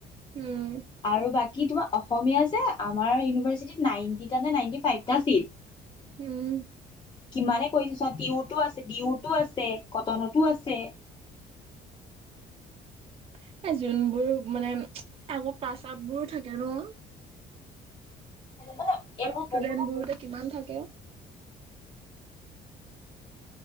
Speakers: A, on the right; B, on the left.
A: উম
B: আৰু বাকী তোমাৰ অ অসমীয়া যে আমাৰ ইউনিভাৰ্চিটিত নাইটিতানে নাইনটি ফাইভটা চিট।
A: উম।
B: কিমানে কৰিছো চা, টিউতো আছে ডিউতো আছে কটনতো আছে। <inaudible>
A: এ, যোনবোৰ মানে আকৌ পাচ আপবোৰো থাকে ন।
B: মানে এইবোৰ
A: ষ্টুডেন্ট
B: বহুত
A: বোৰতে কিমান থাকে।